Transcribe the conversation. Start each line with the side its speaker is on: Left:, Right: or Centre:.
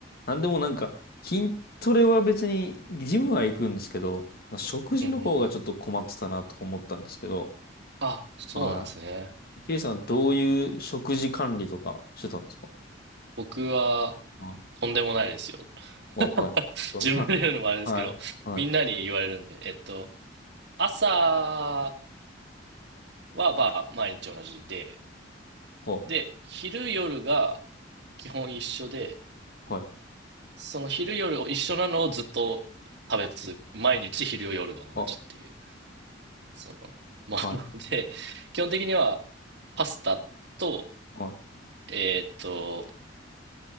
Left: なんでもなんか、筋トレは別に、ジムは行くんですけど、まあ、食事の方がちょっと困ってたなとか思ったんですけど、
Right: うんうんうん。あ、そうなんですね。
Left: はい。ケイさん、どういう食事管理とかしてたんですか
Right: 僕は、
Left: はい。
Right: とんでもないですよ。
Left: あ、
Right: <laughs>
Left: はい。どんな、
Right: 自分で言うのもあれですけど、
Left: <laughs> はい。はい。
Right: みんなに言われるんで、えっと、朝はまあ毎日同じで、
Left: は、
Right: で、昼夜が基本一緒で、
Left: はい。
Right: その昼夜を一緒なのをずっと食べ続け、毎日昼夜が同じっていう、
Left: は、
Right: その、まあ、
Left: はい。
Right: なので、基本的にはパスタと、
Left: はい。
Right: えっと、